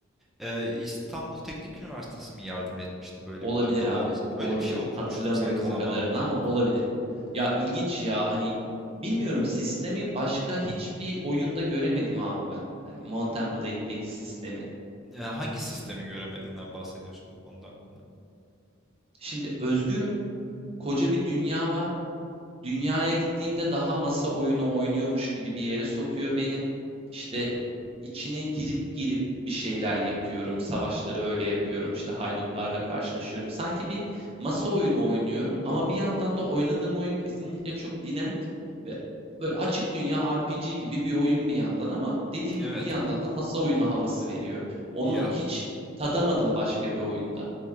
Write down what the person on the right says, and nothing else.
Olabilir
abi,
olabilir.
Hatırlamıyorum
o kadarını ama olabilir. Ya ilginç ya hani bilmiyorum sistemi başka hiçbir oyunda göremedim abi ben. Hani Mountain Blade'deki sistemi.
Şimdi özgürüm, koca bir dünya var. Dünyaya gittiğimde daha masa oyunu oynuyormuş gibi bir yere sokuyor beni. İşte
içine girip girip bir şeyler yapıyorum. Savaşları öyle yapıyorum. İşte haydutlarla karşılaşıyorum. Sanki bir masa oyunu oynuyorum ama bir yandan da oynadığım oyun kesinlikle çok dinamik ve böyle açık dünya R P G gibi bir oyun bir yandan ama dediğim
gibi bir yandan da masa oyunu havası veriyor. Onu
hiç tadamadım başka bir oyunda.